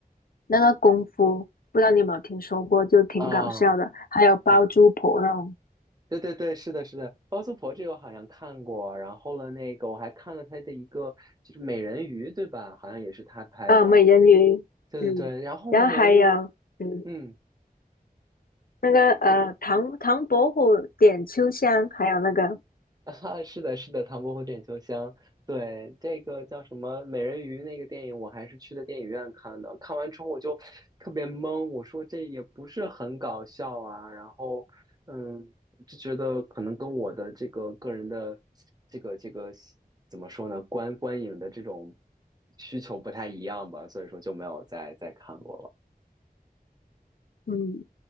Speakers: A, on the left (about 70°); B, on the right (about 25°).
A: 那个《功夫》，不知道你有没有听说过，就挺搞笑的。
B: 啊，
A: 还有《包租婆》那种，
B: 对对对。对对对，是的，是的，包租婆这个我好像看过，然后了那个我还看了他的一个就是美人鱼，对吧？好像也是他拍的。
A: 啊，美人鱼，
B: 对对对，
A: 嗯，
B: 然后美人鱼，
A: 然后还有嗯
B: 嗯，
A: 那个呃唐唐伯虎点秋香，还有那个
B: <laughs> 啊，是的，是的，《唐伯虎点秋香》对这个叫什么美人鱼那个电影，我还是去的电影院看的。看完之后我就特别懵，我说这也不是很搞笑啊。然后，嗯，就觉得可能跟我的这个个人的这个这个怎么说呢，观观影的这种需求不太一样吧，所以说就没有再再看过了。
A: 嗯